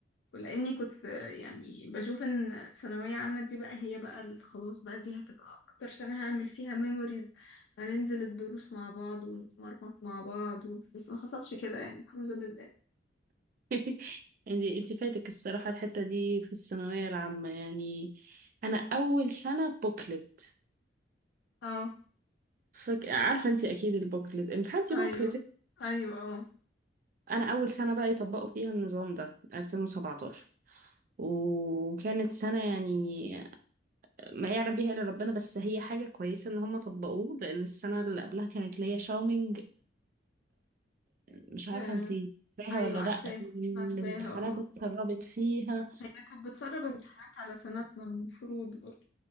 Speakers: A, on the left; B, on the right.
A: ولاني كنت في- يعني بشوف ان ثانويه عامه دي بقى هي بقى ال- خلاص بقى دي هتبقى اكتر سنه هعمل فيها ميموريز هننزل الدروس مع بعض ونتمرمط مع بعض و... بس ما حصلش كده يعني الحمد لله
B: <laughs> انت انت فاتك الصراحة الحتة دي في الثانوية العامة يعني انا اول سنة بوكلت
A: اه
B: فك... عارفة انت اكيد البوكلت امتحنتي
A: ايوه
B: بوكلت
A: ايوه اه
B: انا اول سنه بقى يطبقوا فيها النظام ده 2017 وكانت سنه يعني ما يعلم بيها الا ربنا بس هي حاجه كويسه ان هم طبقوه لان السنه اللي قبلها كانت ليا شاومينج مش عارفه
A: آه،
B: انتي فاكراها
A: ايوه
B: ولا
A: عارفاها
B: لا الامتحانات
A: عارفاها اه
B: اتسربت فيها
A: هي كانت بتسرب امتحانات على سنتنا المفروض برضه